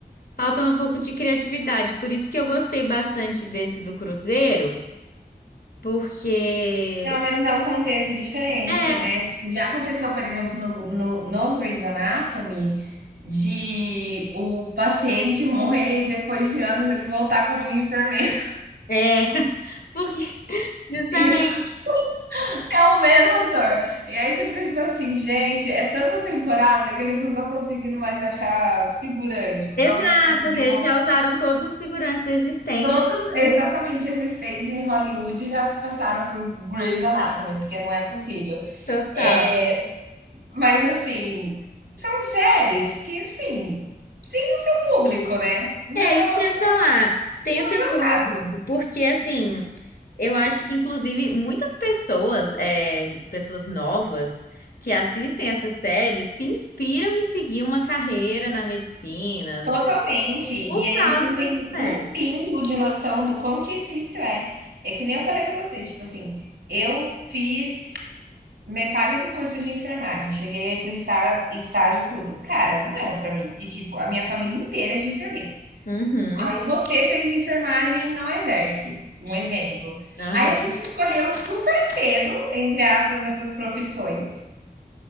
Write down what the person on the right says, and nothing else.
Pelo menos é um contexto diferente,
né? Tipo, Já aconteceu, por exemplo, no, no, no Grey's Anatomy, de o paciente morrer e depois de anos ele voltar como um enfermeiro.
<laughs> Isso é o mesmo ator. E aí você fica tipo assim, gente, é tanta temporada que eles não estão conseguindo mais achar figurante, não
estão mais conseguindo.
Todos
exatamente existentes em Hollywood já passaram por Grey's Anatomy, porque não é possível.
É, Mas assim, são séries que sim, tem o seu público, né? Não
é,
o-
não
é
o meu
caso.
Totalmente.
E
aí
eles não
têm
um pingo de noção do quão difícil é. É que nem eu falei pra você, tipo assim, eu fiz metade do curso de enfermagem, cheguei aí por estar estágio e tudo. Cara, não era pra mim. E tipo, a minha família inteira é de enfermeiros.
Aí você fez enfermagem e não exerce, um exemplo.
Aí a gente escolheu super cedo, entre aspas, essas profissões,